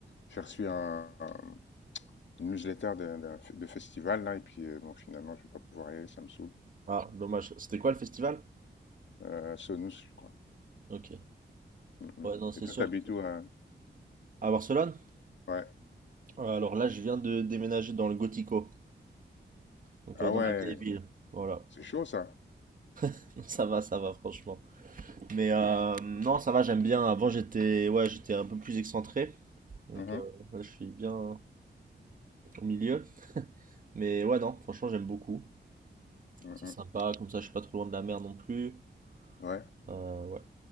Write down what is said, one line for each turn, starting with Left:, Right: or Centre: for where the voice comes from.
Left: j'ai reçu un, un- une newsletter d'un, d'un f- de festival, là. Et puis, euh, bon, finalement, je vais pas pouvoir y aller, ça me saoule.
Right: Ah, dommage. C'était quoi le festival?
Left: Euh, Sonus, je crois.
Right: Ok.
Left: Mm, mm.
Right: Ouais, non, c'est
Left: Et toi,
Right: sûr.
Left: t'habites où? euh
Right: À Barcelone?
Left: Ouais.
Right: Euh, Alors là, je viens de déménager dans le Gotico, donc
Left: Ah
Right: euh, dans
Left: ouais,
Right: ma vieille ville. Voilà.
Left: c'est chaud, ça.
Right: <laughs> Ça va, ça va, franchement. Mais euh, non, ça va, j'aime bien. Avant, j'étais ouais, j'étais un peu plus excentré. Donc
Left: Mhm,
Right: euh, là, je suis bien au milieu. Mais ouais, non, franchement, j'aime beaucoup.
Left: mm,
Right: C'est
Left: mm.
Right: sympa, comme ça, je suis pas trop loin de la mer non plus.
Left: Ouais.
Right: Euh, ouais.